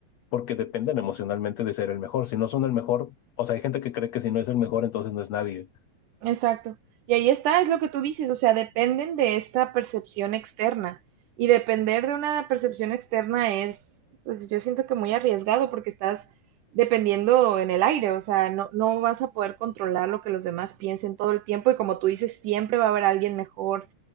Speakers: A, on the left (about 75°); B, on the right (about 70°).
A: Porque dependen emocionalmente de ser el mejor. Si no son el mejor, o sea, hay gente que cree que si no es el mejor, entonces no es nadie.
B: Exacto. Y ahí está, es lo que tú dices, o sea, dependen de esta percepción externa. Y depender de una percepción externa es, pues yo siento que muy arriesgado porque estás dependiendo en el aire, o sea, no, no vas a poder controlar lo que los demás piensen todo el tiempo y como tú dices, siempre va a haber alguien mejor